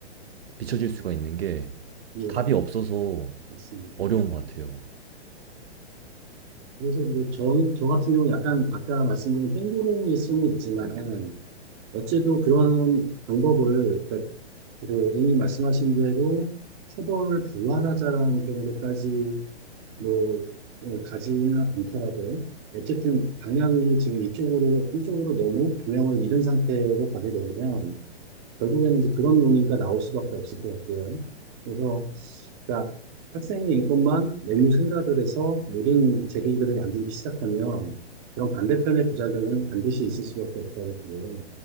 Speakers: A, on the right; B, on the right.
A: 비춰질 수가 있는 게
B: 예,
A: 답이 없어서
B: 맞습니다.
A: 어려운 것 같아요.
B: 그래서 이제 저, 저 같은 경우는 약간 아까 말씀드린 땡구름일 수는 있지만 어째도 그런 방법을 그러니까 그 A님 말씀하신 대로 체벌을 부활하자라는 정도까지 뭐 어, 가지는 않더라도 어쨌든 방향이 지금 이쪽으로 한쪽으로 너무 균형을 잃은 상태로 가게 되면 결국에는 이제 그런 논의가 나올 수밖에 없을 것 같아요. 그래서 그러니까 학생의 인권만 메뉴 생각을 해서 모든 제도들을 만들기 시작하면 그런 반대편의 부작용은 반드시 있을 수밖에 없다고 보고요.